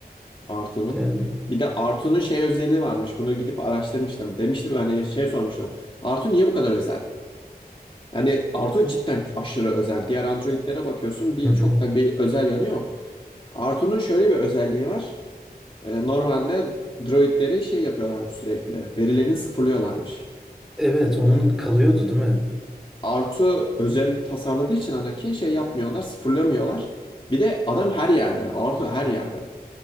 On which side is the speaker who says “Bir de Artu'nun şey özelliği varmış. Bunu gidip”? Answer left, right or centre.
Left